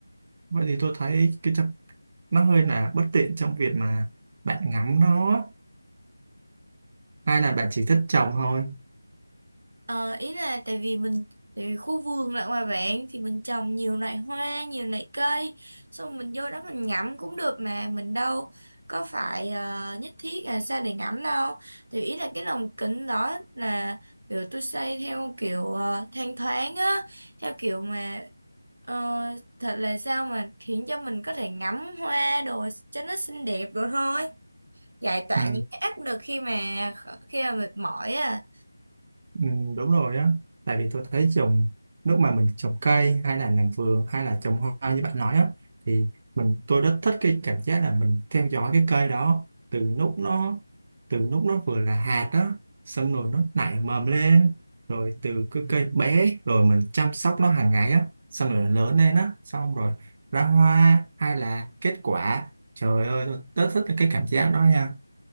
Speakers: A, on the right (about 35°); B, on the right (about 60°).
A: Vậy thì tôi thấy cái chập- nó hơi là bất tiện trong việc mà bạn ngắm nó hai là bạn chỉ thích trồng thôi
B: Ờ, ý là tại vì mình tại vì khu vườn lại ngoài bạn thì mình trồng nhiều loại hoa nhiều loại cây xong mình vô đó mình ngắm cũng được mà mình đâu có phải ờ, nhất thiết là sao để ngắm đâu thì ý là cái lồng kính đó là kiểu tôi xây theo kiểu ờ, thanh thoáng á theo kiểu mà ờ, thật là sao mà khiến cho mình có thể ngắm hoa đồ cho nó xinh đẹp đồ thôi giải tỏa
A: ừ,
B: những cái áp lực khi mà khi mà mệt mỏi á
A: ừ, đúng rồi á tại vì tôi thấy trồng lúc mà mình trồng cây hay là làm vườn hay là trồng hoa như bạn nói á thì mình tôi rất thích cái cảm giác là mình theo dõi cái cây đó từ lúc nó từ lúc nó vừa là hạt đó xong rồi nó nảy mầm lên rồi từ cái cây bé rồi mình chăm sóc nó hàng ngày á xong rồi nó lớn lên á xong rồi ra hoa hay là kết quả trời ơi tôi rất thích cái cảm giác đó nha